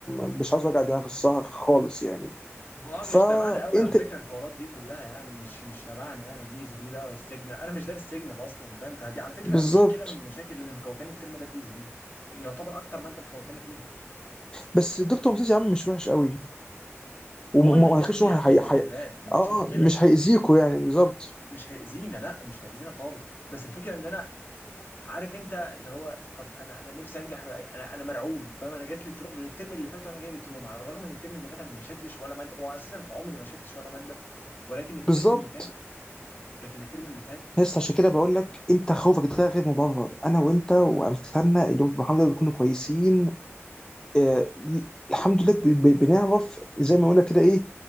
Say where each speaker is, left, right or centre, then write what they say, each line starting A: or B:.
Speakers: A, on the left; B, on the left.
A: مش عايز اوجع دماغ الصراحه خالص يعني
B: هو آه،
A: فانت
B: مش تبعنا قوي على فكره الحوارات دي كلها يعني مش مش تبعنا يعني دي اس بي بقى والسيجنال انا مش دارس سيجنال اصلا فاهم فدي على فكره
A: بالظبط
B: مشكله من المشاكل اللي مخوفاني الترم ده الدي اس بي يعتبر اكتر ماده مخوفاني فيهم
A: بس الدكتور مسيس يا عم مش وحش قوي وما
B: هو ينجحني
A: ما اعتقدش ان
B: يا
A: هو
B: عم
A: هي...
B: باذن
A: هي...
B: الله مفيش
A: اه
B: مشكله
A: مش هيأذيكوا يعني بالظبط
B: مش هيأذينا لا مش هيأذينا خالص بس الفكره ان انا عارف انت اللي هو طب انا انا نفسي انجح بأي انا انا مرعوب فاهم انا جات لي ترو... من الترم اللي فات وانا جاي لي تروما على الرغم ان الترم اللي فات انا ما شلتش ولا ماده هو اساسا في عمري ما شلتش ولا ماده ولكن الترم
A: بالظبط
B: اللي فات ده كان الترم اللي فات
A: لسه عشان كده بقول
B: يعني
A: لك انت خوفك ده غير مبرر انا وانت وامثالنا اللي هم الحمد لله بيكونوا كويسين آه، ي- الحمد لله ب- ب- بنعرف زي ما قلنا كده ايه